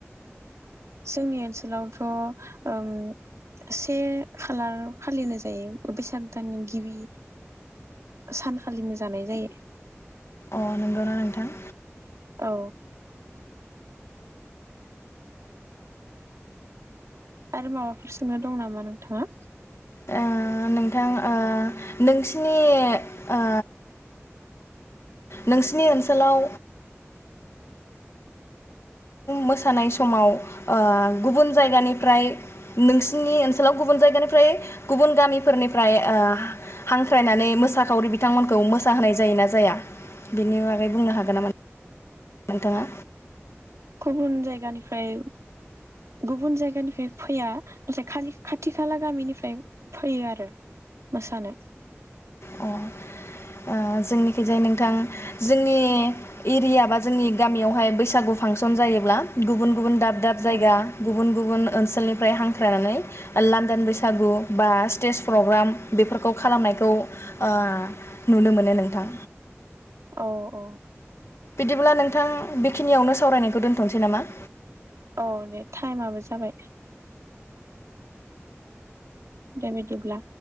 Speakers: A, on the right (about 80°); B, on the left (about 65°).
A: जोंनि ओनसोलावथ' उम से खालार खाालिनो जायो बेैसाग दाननि गिबि सान खाालिनो जानाय जायो।
B: अ नंगौना नोंथां?
A: औ आरो माबाफोर सोंनो दं नामा नोंथाङा?
B: ओ नोंथां ओ नोंसिनि ओ नोंसिनि ओनसोलाव मोसानाय समाव ओह गुबुन जायगानिफ्राय नोंसिनि ओनसोलाव गुबुन जायगानिफ्राय गुबुन गामिफोरनिफ्राय ओह हांख्रायनानै मोसाखावरि बिथांमोनखौ मोसाहोनाय जायोना जाया बेनि बागै बुंनो हागोन नामा? नोंथाङा
A: गुबुन जायगानिफ्राय गुबुन जायगानिफ्राय फैया नाथाय खा खाथि खाला गामिनिफ्राय फैयो आरो मोसानो
B: अ ओ जोंनिखिजाय नोंथां जोंनि एरिया बा जोंनि गामियावहाय बैसागु फांसन जायोबला गुबुन गुबुन दाब दाब जायगा
A: औ
B: गुबन गुबुन ओनसोलनिफ्राय हांख्रायनानै लान्दान बैसागु बा स्टेज प्रग्राम बेफोर खौ खालामनायखौ ओ नुनो मोनो नोंथां
A: औ औ
B: बिदिब्ला नोंथां बेखिनियावनो सावरायनायखौ दोन्थ'नोसै नामा?
A: औ दे टाइमाबो जाबाय। दे बिदिब्ला